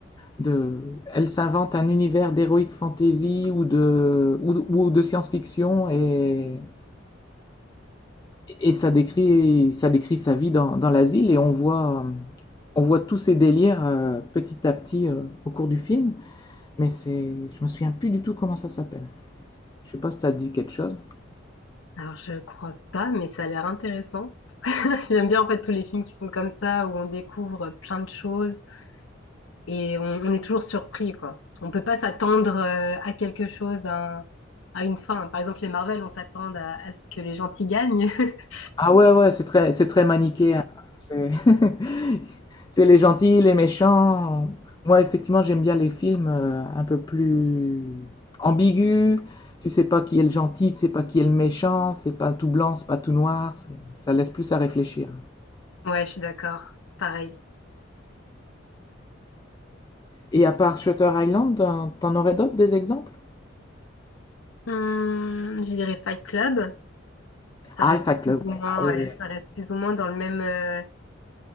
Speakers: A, on the left (about 20°); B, on the left (about 85°).
A: De... Elle s'invente un univers d'héroïque fantasy ou de, ou, ou de science-fiction et, et ça décrit, ça décrit sa vie dans, dans l'asile et on voit, euh, on voit tous ses délires euh, petit à petit euh, au cours du film, mais c'est, je me souviens plus du tout comment ça s'appelle. Je sais pas si ça te dit quelque chose.
B: Alors je crois pas, mais ça a l'air intéressant. <laughs> J'aime bien en fait tous les films qui sont comme ça où on découvre plein de choses et on, on est toujours surpris quoi. On peut pas s'attendre euh, à quelque chose, à, un- à une fin. Par exemple les Marvel, on s'attend à, à ce que les gentils gagnent. <laughs>
A: Ah ouais, ouais, c'est très, c'est très manichéen. C'est <laughs> c'est les gentils, les méchants. Moi, effectivement, j'aime bien les films euh, un peu plus ambigus. Tu sais pas qui est le gentil, tu sais pas qui est le méchant. C'est pas tout blanc, c'est pas tout noir. c'est- Ça laisse plus à réfléchir.
B: Ouais, je suis d'accord. Pareil.
A: Et à part Shutter Island, t'en t'en aurais d'autres des exemples?
B: Hum, je dirais Fight Club. Ça
A: Ah,
B: reste
A: Fight Club.
B: plus ou
A: ouais.
B: moins,
A: Ah oui,
B: ouais,
A: oui.
B: ça reste plus ou moins dans le même. euh,